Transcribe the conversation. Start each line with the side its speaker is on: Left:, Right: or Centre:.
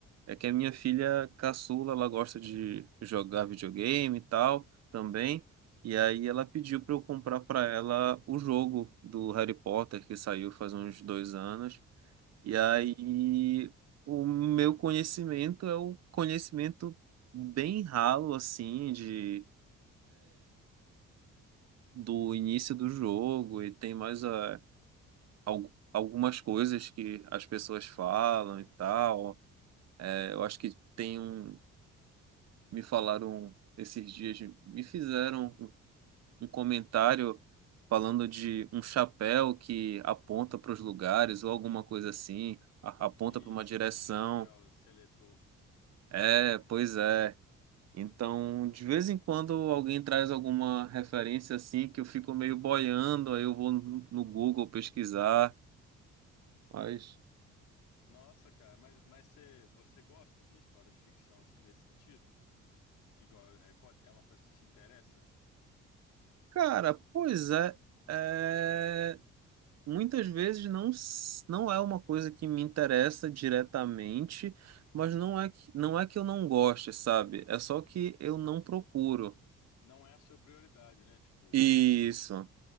Right: é que a minha filha caçula, ela gosta de jogar videogame e tal também. E aí ela pediu para eu comprar para ela o jogo do Harry Potter que saiu faz uns dois anos. E aí
Left: sim.
Right: o meu conhecimento é o conhecimento bem ralo assim de do início do jogo e tem mais a al- algumas coisas que as pessoas falam e tal. É, eu acho que tem um. Me falaram esses dias, me fizeram um um comentário falando de um chapéu que aponta para os lugares ou alguma coisa assim, a- aponta
Left: Isso,
Right: para uma direção.
Left: um chapéu seletor.
Right: É, pois é. Então, de vez em quando alguém traz alguma referência assim que eu fico meio boiando, aí eu vou no no Google pesquisar. Mas
Left: Sim. Nossa, cara, mas, mas você, você gosta de história de ficção, assim, nesse sentido? Igual o Harry Potter? É uma coisa que te interessa?
Right: Cara, pois é, é, muitas vezes não, s- não é uma coisa que me interessa diretamente, mas
Left: Sim.
Right: não é que, não é que eu não goste, sabe? É só que eu não procuro.
Left: Não é a sua prioridade, né? Tipo,
Right: Isso.